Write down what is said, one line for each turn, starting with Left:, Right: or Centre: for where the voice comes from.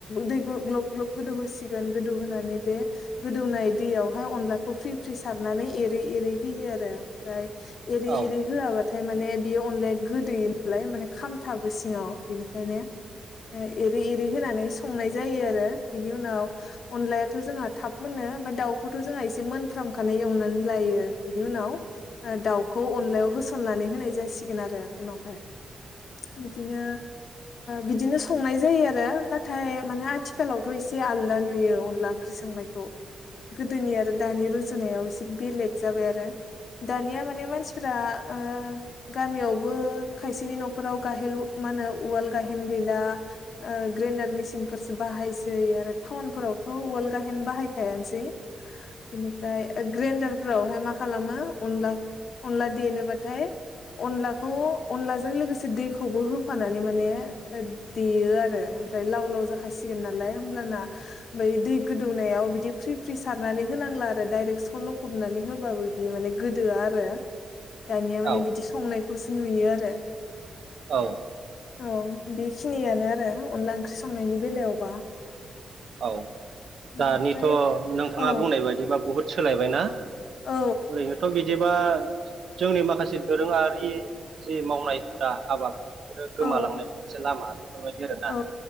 Left: दै ग्लब ग्लब गोदौ होसिगोन गोदौ होनानै बे गो दौनाय दैयावहाय अनलाखौ फ्रि फ्रि सारनानै एरै एरै होयो आरो ओमफ्राय एरै
Right: औ
Left: एरै होआबा थाय माने बेयो अनलाया गोदोयो नालाय माने खामथाबो सिङाव बेनिखायनो एरै एरै होनानै संनाय जायो आरो बिनि उनाव अनलायाथ' जोंहा थाब मोनो ओमफ्राय दाउखौथ' जोंहा एसे मोनफ्रामखानाय एवनानै लायो बिनि उनाव दाउ अनलायाव होसननानै होनाय जासिगोन आरो उनावहाय बिदिनो बिदिनो संनाय जायो आरो नाथाय माने आथिखालावथ' एसे आलदा नुयो अनला ओंख्रि सं नायखौ गोदोनि आरो दानि रुजुनायाव एसे बेलेग जाबाय आरो दानिया माने मानसि आ ओ गामियावबो खायसेनि न'खराव गाहे मा होनो उवाल गाहेन गैला दा ग्रेन्डार मेसिनफोरसो बाहायसै आरो टाउनफोरावथ' उवाल गाहेन बाहायखाया सै बेनिफ्राय ग्रेन्दार फोरावहाय मा खालामो अनला अनला देनोबाथाय अनलाखौ अनलाजों लोगोसे दैखौबो होफानानै माने देयो आरो ओमफ्राय लाव लाव जाखासिगोन नालाय होमब्लाना बै दै गोदौनायाव बिदि फ्रि फ्रि सारनानै हो नांला आरो डाइरेक्ट सल' खबनानै होबाबो बियो माने गोदोआ आरो दानिया माने
Right: औ
Left: बिदि संनायखौसो नुयो आरो
Right: औ
Left: औ बेखिनियानो आरो अनला ओंख्रि संनायनि बेलायावबा
Right: औ दानिथ'
Left: ओमफ्राय
Right: नोंथाङा
Left: औ
Right: बुंनाय बायदिबा बुहुद सोलायबाय ना?
Left: औ
Right: ओरैनोथ' बिदिबा जोंनि माखासे दोरोङारि जि मावनाय हुदा हाबा गोमालांनाय
Left: औ
Right: मोनसे लामा बेफोरबायदि आरोना
Left: औ